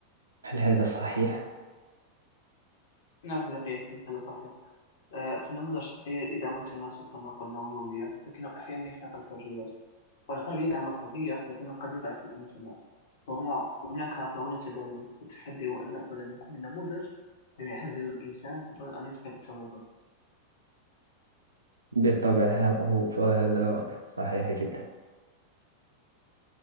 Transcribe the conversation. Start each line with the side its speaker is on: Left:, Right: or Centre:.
Right: هل هذا صحيح؟
Left: نعم صديقي ياسين هذا صحيح آه، في النموذج الشرقي يدعم التماسك كما قلنا والهوية لكنه أحيانا يخنق الحريات والغرب يدعم الحرية لكنه قد يضعف الانتماء فهنا هناك فهنا تباين التحدي هو أن نأخذ من كل نموذج ما يعزز الإنسان دون أن يفقد التوازن
Right: بالطبع ها- هو- فهذا صحيح جدا